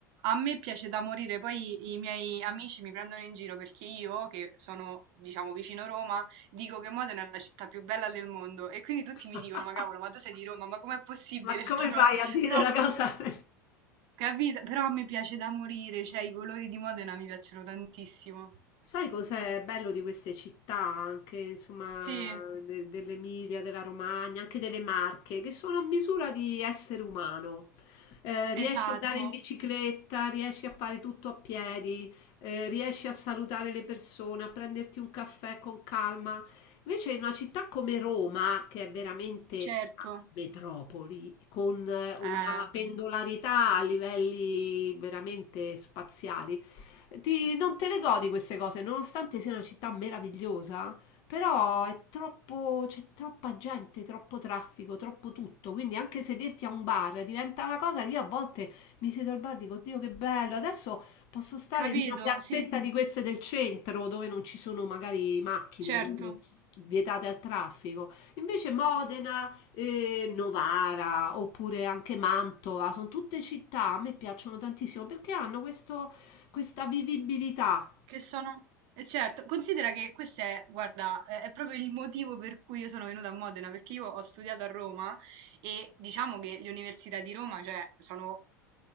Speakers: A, on the right; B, on the left.
A: a me piace da morire, poi i miei amici mi prendono in giro perché io, che sono, diciamo, vicino Roma, dico che Modena è la città più bella del mondo e quindi tutti
B: <laughs>
A: mi dicono, ma cavolo, ma tu sei di Roma, ma com'è possibile
B: Ma come
A: sta cosa?
B: fai a dire
A: Però,
B: una cosa? <laughs>
A: capito? Però a me piace da morire, cioè i colori di Modena mi piacciono tantissimo.
B: Sai cos'è bello di queste città anche, insomma,
A: Sì,
B: de- dell'Emilia, della Romagna, anche delle Marche, che sono a misura di essere umano. Eh, riesci
A: esatto,
B: ad andare in bicicletta, riesci a fare tutto a piedi, eh, riesci a salutare le persone, a prenderti un caffè con calma. Invece in una città come Roma, che è veramente
A: certo,
B: una metropoli, con eh, una
A: eh,
B: pendolarità a livelli veramente spaziali, ti- non te le godi queste cose, nonostante sia una città meravigliosa, però è troppo, c'è troppa gente, troppo traffico, troppo tutto, quindi anche sederti a un bar diventa una cosa che io a volte mi siedo al bar e dico, Dio che bello, adesso posso stare
A: capito?
B: in una piazzetta
A: Sì,
B: di queste del centro dove non ci sono magari macchine,
A: certo.
B: dove vietate al traffico. Invece Modena, eh, Novara oppure anche Mantova, sono tutte città, a me piacciono tantissimo perché hanno questo, questa vivibilità.
A: Che sono eh certo, considera che questo è guarda, è è proprio il motivo per cui io sono venuta a Modena, perché io ho studiato a Roma e diciamo che le università di Roma, cioè, sono